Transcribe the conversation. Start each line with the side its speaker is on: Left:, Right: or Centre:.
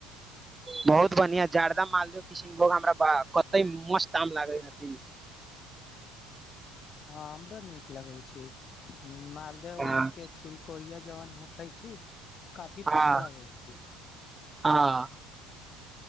Right: बहुत बढिआ जाारदा मालदहो किसनभोग हमराबा कते मस्त आम लागे हथि
Left: हँ हमराो नीक लगै छै मालदेव
Right: हँ
Left: आम के छिलकोिया जवन भखाै छी काफी
Right: हँ
Left: पतला होइ छै
Right: हँ